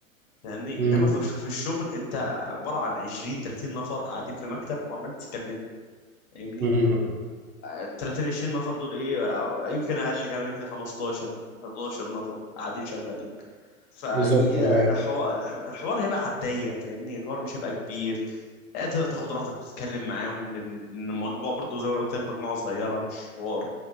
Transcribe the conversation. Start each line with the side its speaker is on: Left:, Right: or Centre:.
Left: فاهمني
Right: مم.
Left: انما في الش- في الشغل انت عباره عن 20 30 نفر قاعدين في مكتب وعمال تتكلم فاهمني
Right: مم.
Left: ال 30 20 نفر دول ايه أو يمكن اقل كمان يمكن 15 11 نفر قاعدين شغالين فالحوار
Right: بالظبط انا
Left: الحوار هيبقى على الضيق فاهمني الحوار مش هيبقى كبير آه، تقدر تاخد راحتك وتتكلم معاهم لان لأن المجموعه برضو زي ما أنا قلت لك مجموعه صغيره مش حوار